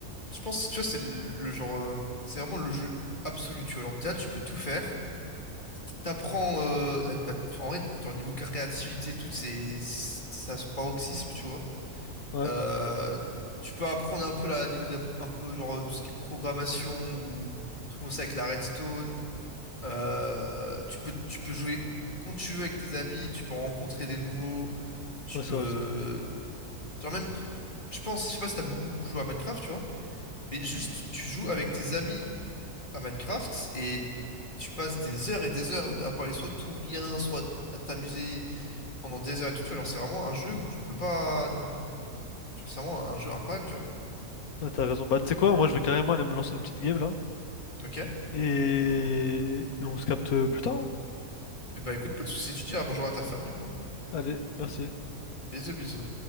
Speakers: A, on the left; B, on the left.
A: je pense, tu vois, c'est le, genre, euh, c'est vraiment le jeu absolu, tu vois. Genre, t'es là, tu peux tout faire. T'apprends, euh, la- bah, en vrai, genre, niveau créativité, tout, c'est, ça a son paroxysme, tu vois.
B: Ouais,
A: Euh, tu peux apprendre un peu là, niveau de la- un peu, genre, euh, tout ce qui est programmation ou truc comme ça avec la redstone. Euh, tu peux, tu peux jouer quand tu veux avec tes amis, tu peux en rencontrer des nouveaux, tu
B: ouais,
A: peux,
B: c'est vrai, ça.
A: Genre même, tu- je pense, je sais pas si t'as beaucoup, beaucoup joué à Minecraft, tu vois, mais juste, tu joues avec tes amis à Minecraft et tu passes des heures et des heures à parler soit de tout rien, soit à t'amuser pendant des heures et tout, tu vois. Genre, c'est vraiment un jeu où tu ne peux pas... Genre, c'est vraiment un jeu incroyable, tu vois.
B: Ouais, t'as raison. Bah, tu sais quoi, moi, je vais carrément aller me lancer une petite game là.
A: Ok?
B: Et, et on se capte euh, plus tard. hein.
A: et bah écoute, pas de soucis, tu diras bonjour à ta femme, du coup.
B: Allez, merci.
A: Bisous, bisous.